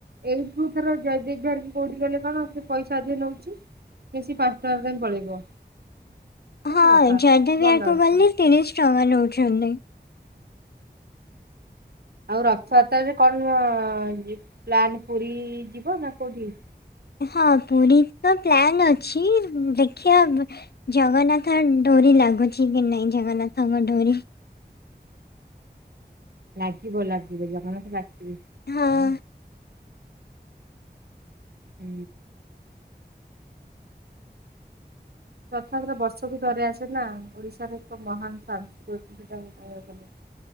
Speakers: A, on the right; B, on the left.
A: ଏଇଠୁ ଧର ଜୟଦେବ ବିହାର କି କୋଉଠିକି ଗଲେ କଣ ସେ ପଇସା ଅଧିକ ନଉଚି। ସେଇ ପାଞ୍ଚ ଟଙ୍କାରେ ତମେ ପଳେଇବ। ସତ
B: ହଁ
A: କଥା
B: ଜୟଦେବ ବିହାର
A: ଭଲ
B: କୁ
A: ଅଛି।
B: ଗଲେ ତିରିଶ୍ ଟଙ୍କା ନଉଛନ୍ତି।
A: ଆଉ ରଥଯାତ୍ରାରେ କଣ ପ୍ଲାନ୍ ପୁରୀ ଯିବ ନା କୋଉଠିକି?
B: ହଁ ପୁରୀ ତ ପ୍ଲାନ୍ ଅଛି। ଦେଖିଆ ଜଗନ୍ନାଥ ଡୋରି ଲାଗୁଚି କି ନାଇଁ ଜଗନ୍ନାଥଙ୍କ ଡୋରି।
A: ଲାଗିବ ଲାଗିବ ଜଗନ୍ନାଥ ଡାକିବେ।
B: ହଁ।
A: ହୁଁ। ରଥଯାତ୍ରା ବର୍ଷକୁ ଥରେ ଆସେ ନା। ଓଡିଶାରେ ଏକ ମହାନ ସାସ୍କୃତିକ <unintelligible> କହିବାକୁ ଗଲେ।